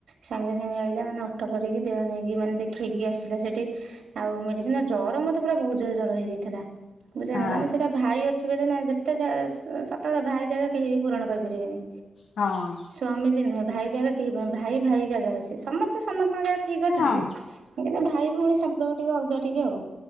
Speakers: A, on the right; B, on the left.
A: ସାଙ୍ଗେ ସାଙ୍ଗେ ଆଇଲା ମାନେ ଅଟୋ କରିକି ଦେହ ନେଇକି ମାନେ ଦେଖେଇକି ଆସିଲା ସେଠି। ଆଉ ମେଡ଼ିସିନ ଜ୍ୱର ମୋତେ ପୁରା ବହୁତ ଜୋରେ ଜ୍ୱର ହେଇଯାଇଥିଲା। ବୁଝୁଚ
B: ହଁ
A: ମାନେ ସେଇଟା ଭାଇ ଅଛି ବ ନା ଯେତେ ସତ କଥା ଭାଇ ଜାଗା କେହି ବି ପୂରଣ କରିପାରିବେନି।
B: ହଁ।
A: ସ୍ୱାମୀ ବି ନୁହେଁ ଭାଇ ଜାଗାରେ ସେହି ଭାଇ ଭାଇ ଜାଗାରେ ସେ ସମସ୍ତେ ସମସ୍ତଙ୍କ ଜାଗାରେ ଠିକ୍ ଅଛନ୍ତି।
B: ହଁ
A: ଭାଇ ଭଉଣୀ ସମ୍ପର୍କ ଟିକେ ଅଲଗା ଟିକେ ଆଉ